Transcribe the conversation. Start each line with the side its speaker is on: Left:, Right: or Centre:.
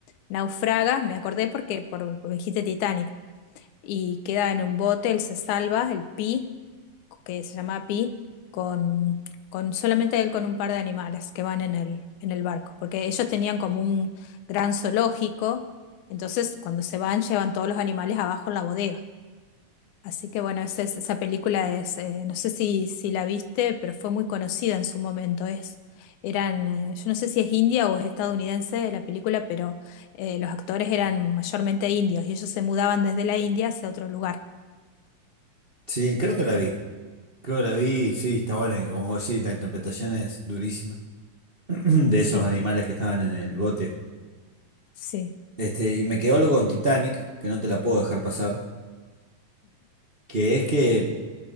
Left: naufraga, me acordé porque por, por dijiste Titanic, y queda en un bote, él se salva, el Pi que se llama Pi, con, con solamente él con un par de animales que van en el, en el barco, porque ellos tenían como un gran zoológico, entonces cuando se van llevan todos los animales abajo en la bodega. Así que bueno, esa, es- esa película es, eh, no sé si, si la viste, pero fue muy conocida en su momento. Es, eran, eh, yo no sé si es india o es estadounidense la película, pero eh, los actores eran mayormente indios y ellos se mudaban desde la India hacia otro lugar.
Right: Sí, creo que la vi. Creo que la vi, sí, está buena, y como vos decís, la interpretación es durísima. <clears throat> de
Left: Sí,
Right: esos animales que estaban en el bote.
Left: sí.
Right: Este, y me quedó algo con Titanic, que no te la puedo dejar pasar, que es que